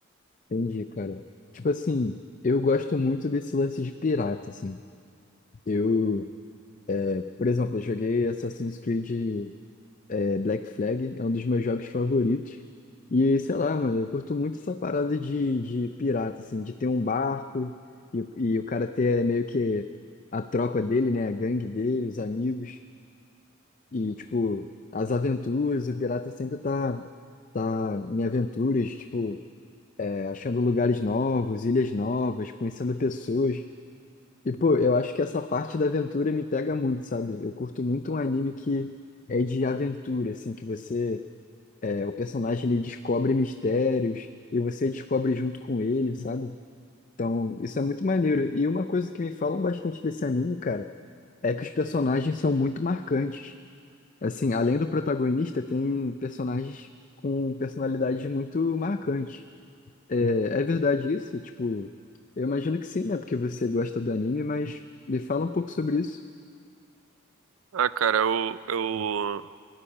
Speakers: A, on the left; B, on the right.
A: Entendi, cara. Tipo assim, eu gosto muito desse lance de pirata, assim. Eu, é, por exemplo, eu joguei Assassin's Creed, é, Black Flag, é um dos meus jogos favoritos. E sei lá, mano, eu curto muito essa parada de, de pirata, assim, de ter um barco e, e o cara ter é, meio que a tropa dele, né, a gangue dele, os amigos. E, tipo, as aventuras, o pirata sempre tá, tá em aventuras, tipo. achando lugares novos, ilhas novas, conhecendo pessoas. E, pô, eu acho que essa parte da aventura me pega muito, sabe? Eu curto muito um anime que é de aventura, assim, que você, é, o personagem ele descobre mistérios e você descobre junto com ele, sabe? Então, isso é muito maneiro. E uma coisa que me falam bastante desse anime, cara, é que os personagens são muito marcantes. Assim, além do protagonista, tem personagens com personalidades muito marcantes. É, é verdade isso? Tipo, eu imagino que sim, né? Porque você gosta do anime, mas me fala um pouco sobre isso.
B: Ah, cara, eu, eu